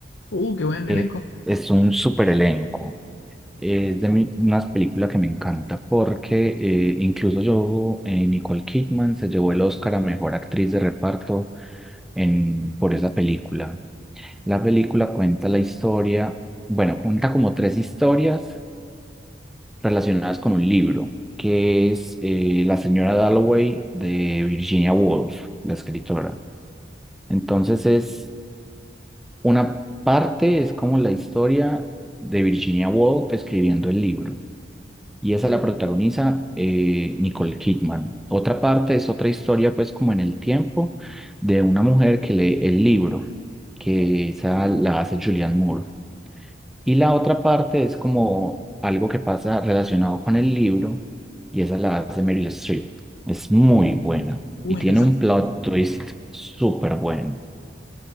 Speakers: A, on the left (about 75°); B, in the centre.
A: Uh, qué buen
B: Eh,
A: elenco.
B: es un super elenco. Es de mi- unas películas que me encanta porque eh, incluso yo, eh, Nicole Kidman se llevó el Oscar a Mejor Actriz de Reparto en, por esa película. La película cuenta la historia, bueno, cuenta como tres historias relacionadas con un libro, que es eh, La señora Dalloway de Virginia Woolf, la escritora. Entonces es Una parte es como la historia de Virginia Woolf escribiendo el libro, y esa la protagoniza eh, Nicole Kidman. Otra parte es otra historia, pues como en el tiempo, de una mujer que lee el libro, que esa la hace Julianne Moore. Y la otra parte es como algo que pasa relacionado con el libro, y esa la hace Meryl Streep. Es muy buena
A: Uh,
B: y
A: interesante.
B: tiene un plot twist súper bueno,